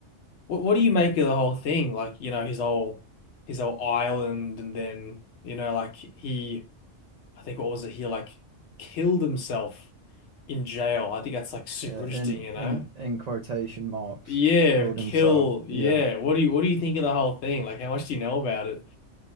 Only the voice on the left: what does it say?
What what do you make of the whole thing? Like, you know, his whole his whole island and then, you know, like he I think what was it, he like killed himself in jail. I think that's like super
interesting,
you know?
Yeah,
kill,
yeah.
What do you what do you think of the whole thing? Like how much do you know about it?